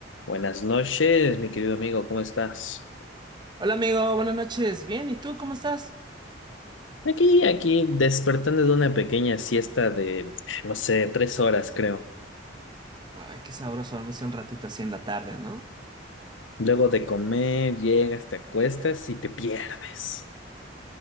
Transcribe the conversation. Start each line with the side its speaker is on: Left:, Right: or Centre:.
Left: Buenas noches, mi querido amigo, ¿cómo estás?
Right: Hola amigo, buenas noches. Bien, ¿y tú cómo estás?
Left: Aquí, aquí, despertando de una pequeña siesta de, no sé, tres horas, creo.
Right: Ay, qué sabroso dormirse un ratito así en la tarde, ¿no?
Left: Luego de comer, llegas, te acuestas y te pierdes.